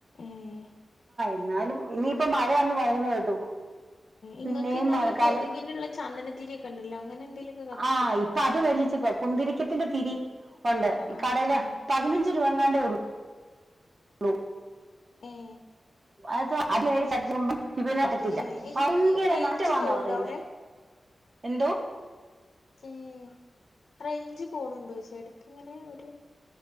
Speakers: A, on the left; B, on the right.
A: ഉം
B: ന്നാലും ഇനിയിപ്പം മഴ ആന്ന് പറയുന്ന കേട്ടു
A: ഇങ്ങക്ക്ന്നാ
B: പിന്നെയും മഴക്കാലം
A: ഈ കൊതുകിന്ള്ള ചന്നനത്തിരി ഒക്കെണ്ടല്ലൊ അങ്ങനെ എന്തേലൊക്കെ കത്തിച്
B: ആ
A: വെച്ചൂ
B: ഇപ്പൊ അത് മേടിച്ചേക്കുവാ കുന്തിരിക്കത്തിന്റെ തിരി ഒണ്ട് ഇക്കടല
A: ആഹ് ആഹ്
B: പതിനഞ്ച് രൂപങ്ങാണ്ടെ ഉള്ളു ളു
A: ഏഹ്
B: അത അതേത് <unintelligible> ഇതിനകത്തില്ല
A: ഏഹ് ഇങ്ങക്ക്
B: ഭയങ്കര
A: റേഞ്ച്
B: നറ്റമാന്നാ
A: പോവ്ണ്ടോ
B: പറയ്ന്നെ
A: അവിടെ
B: എന്തോ
A: ഏഹ് റെയ്ഞ്ച് പോണ് ണ്ടൊയ്ച എടക്ക്ങ്ങനെ ഒര്